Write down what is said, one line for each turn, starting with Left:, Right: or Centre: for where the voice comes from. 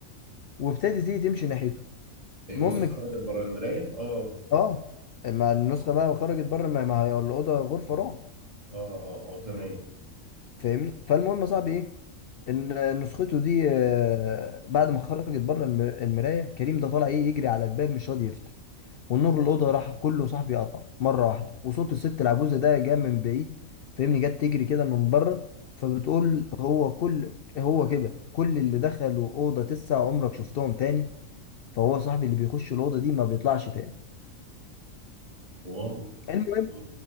Left: وابتدت تيجي تمشي ناحيته
Right: النسخه
Left: المهم ك-
Right: خرجت بره المرايه اه
Left: اه ما النسخه بقى خرجت بره ما ما هي الاوضه غرفه رعب
Right: اه اه اه تمام
Left: فاهمني فالمهم يا صاحبي ايه ان نسخته دي آه، بعد ما خرجت بره الم- المرايه كريم ده طالع ايه يجري على الباب مش راضي يفتح والنور الاوضه راح كله صاحبي قطع مره واحده وصوت الست العجوزه ده جاء من بعيد فاهمني جت تجري كده من بره فبتقول هو كل هو كده كل اللي دخلوا اوضه تسعة عمرك شفتهم تاني فهو صاحبي اللي بيخش الاوضه دي ما بيطلعش تاني
Right: واو
Left: المهم
Right: اه